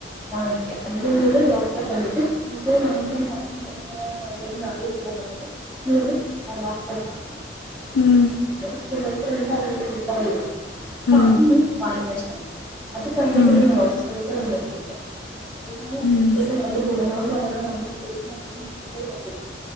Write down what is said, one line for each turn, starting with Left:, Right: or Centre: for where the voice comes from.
Centre: വാങ്ങിക്കുക, അല്ലെ നീ ഒരു ഡോക്ടറെ കണ്ടിട്ട് നിനക്ക് അത് വാങ്ങാൻ പറ്റുന്ന എങ്ങനെയുള്ള. <unintelligible> ഉണ്ടെങ്കിൽ നീ ഡോക്ടറെ കാണാ.
Left: ഉം
Centre: സ്കിൻ ഡോക്ടർ എന്തായാലും പ്രെഫർ ചെയ്യാണ്
Left: ഉം
Centre: അത് ഈ വാങ്ങിക്കാൻ ശ്രമിക്കുക. അത് കഴിഞ്ഞിട്ട്
Left: ഉം
Centre: ഒരു മോസ്ചറൈസർന്ന് ഉപയോഗിക്കാം, മോസ്റൈസർ എന്ന് പറയുമ്പോഴത്തേക്ക്
Left: ഉം
Centre: അതിന്റെ ഗുണങ്ങൾ എന്ന്. അത് നമ്മുടെ ഫേസിന് എപ്പോഴും മൊയ്‌സ്റുറിസഡ് ആക്കിവെക്കും.